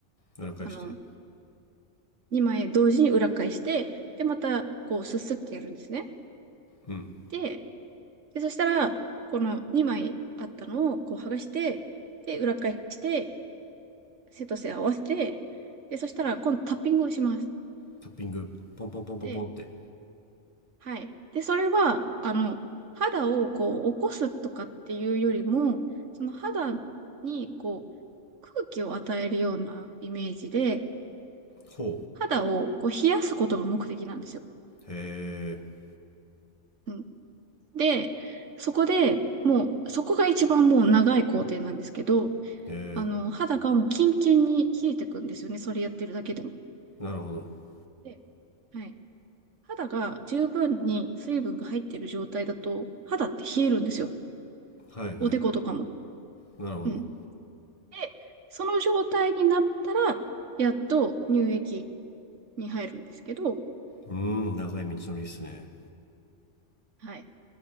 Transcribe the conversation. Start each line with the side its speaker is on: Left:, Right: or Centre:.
Left: 裏返して
Right: あの、2枚同時に裏返して、で、また、こう、すすってやるんですね。
Left: うん
Right: で、で、そしたら、この2枚あったのを、こう、剥がして、で、裏返して、背と背合わせて、で、そしたら、今度タッピングをします。
Left: タッピングポンポンポンポンポンって
Right: で、はい。で、それは、あの、肌をこう、起こすとかっていうよりも、その肌にこ空気を与えるようなイメージで、
Left: ほ
Right: 肌をこう冷やすことが目的なんですよ。
Left: うへえ
Right: うん。で、そこで、もう、そこが一番もう長い工程なんですけど、
Left: へえ
Right: あの、肌がもうキンキンに冷えてくんですよね。それやってるだけでも。
Left: なるほど
Right: で、はい。肌が十分に水分が入ってる状態だと、肌って冷えるんですよ。
Left: はいはいはい。
Right: おでことかも。
Left: なるほど。
Right: うん。で、その状態になったら、やっと乳液に入るんですけど、
Left: うーん、長い道のりっすね。
Right: はい。